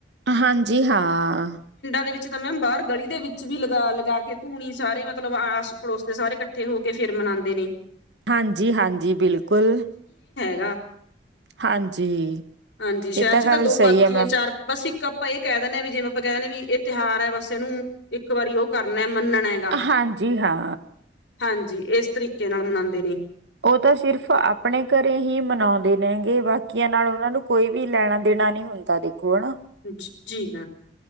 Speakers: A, on the right (about 70°); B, on the left (about 85°).
A: ਹਾਂਜੀ ਹਾਂ
B: ਦੇ ਵਿੱਚ ਤਾਂ ਮੈਮ ਬਾਹਰ ਗਲੀ ਦੇ ਵਿੱਚ ਵੀ ਲਗਾ ਲਗਾ ਕੇ ਧੂਣੀ ਸਾਰੇ ਮਤਲਬ ਆਸ ਪੜੋਸ ਦੇ ਸਾਰੇ ਇਕੱਠੇ ਹੋ ਕੇ ਫਿਰ ਮਨਾਉਂਦੇ ਨੇ
A: ਹਾਂਜੀ ਹਾਂਜੀ ਬਿਲਕੁਲ
B: ਜਾ
A: ਹਾਂਜੀ
B: ਹਾਂਜੀ ਸ਼ਹਿਰ
A: ਇਹ
B: ਚ
A: ਗੱਲ
B: ਤਾਂ ਦੋ
A: ਸਹੀ
B: ਪਾਥੀੀਆਂ
A: ਹੈ ਮੈਮ
B: ਚਾਰ ਬਸ ਇੱਕ ਆਪਾਂ ਇਹ ਕਹਿ ਦਿੰਨਦੇ ਹਾਂ ਵੀ ਜਿਵੇਂ ਆਪਾਂ ਕਹਿ ਦਿੰਦੇਾਂ ਵੀ ਤਿਉਹਾਰ ਹੈ ਬਸ ਇਹਨੂੰ ਇੱਕ ਵਾਰੀ ਉਹ ਕਰਨਾ ਮੰਨਣਾ ਹੈਗਾ
A: ਹਾਂਜੀ ਹਾਂ
B: ਹਾਂਜੀ ਇਸ ਤਰੀਕੇ ਨਾਲ ਮਨਾਉਂਦੇ ਨੇ
A: ਉਹ ਤਾਂ ਸਿਰਫ਼ ਆਪਣੇ ਘਰੇ ਹੀ ਮਨਾਉਂਦੇ ਨੇਗੇ ਬਾਕੀਆਂ ਨਾਲ ਉਹਨਾਂ ਨੂੰ ਕੋਈ ਵੀ ਲੈਣਾ ਦੇਣਾ ਨਹੀਂ ਹੁੰਦਾ ਦੇਖ ਣ
B: ਜ- ਜੀ ਮੈਮ